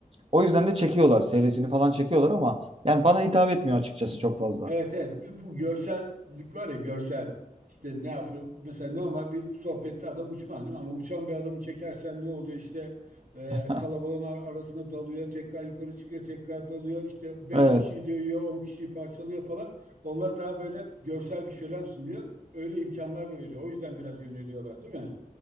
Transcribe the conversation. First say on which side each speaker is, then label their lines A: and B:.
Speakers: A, on the right (about 40°); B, on the right (about 75°).
A: O yüzden de çekiyorlar. Serisini falan çekiyorlar ama yani bana hitap etmiyor açıkçası çok fazla.
B: Evet evet bu bu görsellik var ya görsel işte ne yapıyor mesela normal bir sohbette adam uçmaz değil mi ama uçan bir adamı çekersen ne oluyor işte e,
A: <laughs>
B: kalabalığın ar- arasına dalıyor tekrar yukarı çıkıyor tekrar dalıyor işte beş
A: Evet.
B: kişiyi dövüyor 10 kişiyi parçalıyor falan onlar daha böyle görsel bir şölen sunuyor öyle imkanlar da veriyor o yüzden biraz yöneliyorlar değil mi?